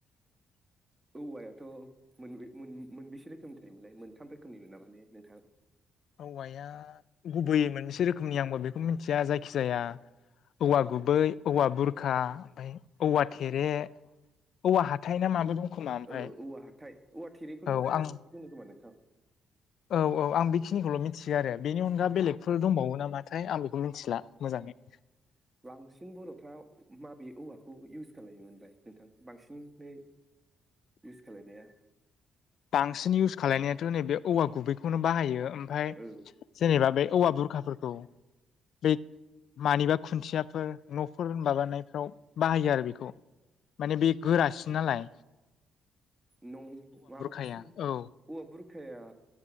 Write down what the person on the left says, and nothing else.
औवाया गुबैयै मोनसे रोखोमनि आंबो बेखौ मिन्थिया जायखि जाया औवा गुबै औवा बुरखा ओमफ्राय औवा थेरे औवा हाथाय ना माबो दं खोमा ओमफ्राय
औ
आं
औ औ आं बेखिनिखौल' मिथि बिदि आरो बेनि अनगा बेलेगफोर दंबावो नामाथाय आं बेखौ मिथिला मोजांङै
बांसिन इउस खालायनायाथ' नैबे औवा गुबैखौनो बाहायो ओमफ्राय
जेनेबा बे औवा बुरखाफोरखौ बे मानिबा खुन्थियाफोर न'फोर माबानायफ्राव बाहायो आरो बेखौ माने बे गोरासिन नालाय
हाया औ